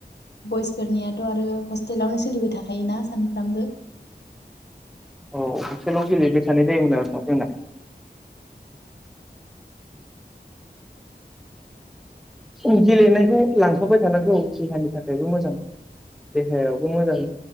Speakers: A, on the left; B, in the centre.
A: बयसफोरनियाथ' आरो हस्टेलावनो सोलिबाय थाख खायोना सान फ्रामबो
B: औ हस्टेलाव गेलेबाय थानाय जायोमोन आरो ना जोंना औ <inaudible> गेलेनायखौ लांफाबाय थानांगौ देहानि थाखायबो मोजां देहायावबो मोजां